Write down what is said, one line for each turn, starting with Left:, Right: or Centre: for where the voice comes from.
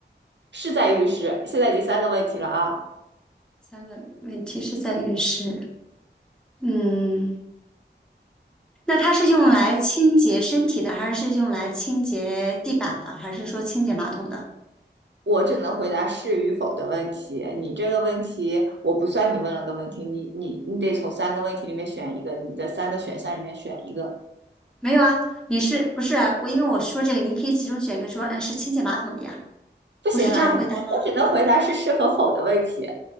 Right: 是在浴室，现在已经三个问题了啊。
Centre: 三个问题是在浴室。嗯，那它是用来清洁身体的，还是用来清洁地板的，还是说清洁马桶的？
Right: 我只能回答是与否的问题。你这个问题，我不算你问了个问题，你你你得从三个问题里面选一个，你的三个选项里面选一个。
Centre: 没有啊，你是不是啊我？因为我说这个，你可以其中选一个说，呃，是清洁马桶的呀，
Right: 不行啊，
Centre: 不是这样回答吗？
Right: 我只能回答是是和否的问题。